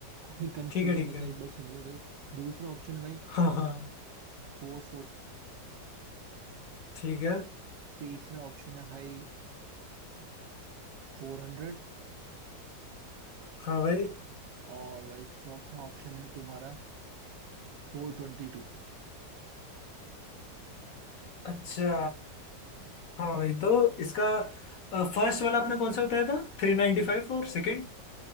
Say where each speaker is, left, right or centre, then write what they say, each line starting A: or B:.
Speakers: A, on the right; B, on the left.
A: कोई कंफ्यूजन
B: ठीक है ठीक
A: हो
B: है
A: तो एक बार सुन लो भाई दूसरा ऑप्शन है भाई
B: हाँ हाँ
A: फोर
B: ठीक है
A: तीसरा ऑप्शन है भाई फोर हंड्रेड
B: हाँ भाई
A: और भाई चौथा ऑप्शन है तुम्हारा four twenty two
B: अच्छा हाँ भाई तो इसका फर्स्ट वाला आपने कौन सा बताया था थ्री नाइन्टी फाइव और सेकंड